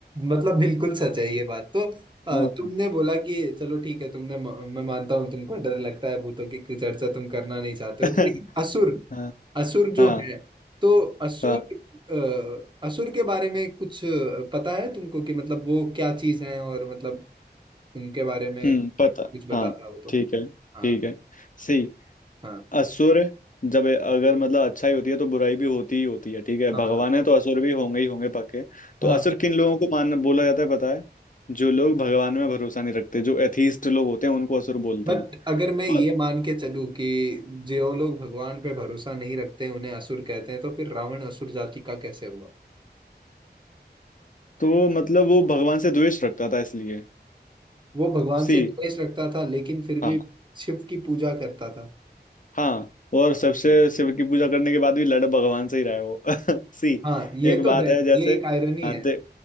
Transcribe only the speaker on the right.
मतलब बिल्कुल सच है ये बात तो अ,
तुमने बोला कि चलो ठीक है तुमने मैं मानता हूँ तुमको डर लगता है भूतों की कोई चर्चा तुम करना नहीं चाहते
हो तो लेकिन असुर
असुर जो
है तो असुर
अ, असुर के बारे में कुछ पता है तुमको कि मतलब वो क्या चीज है और मतलब उनके बारे में
कुछ बताता
हो तो
हाँ
हाँ
हाँ
हाँ
बट
अगर मैं ये
मान के चलूं कि जो लोग भगवान पे भरोसा नहीं रखते उन्हें असुर कहते हैं तो फिर रावण असुर जाति का कैसे हुआ
वो भगवान
से द्वेष रखता था लेकिन फिर भी
शिव की पूजा करता था
हाँ ये
तो
है
ये एक आयरनी
है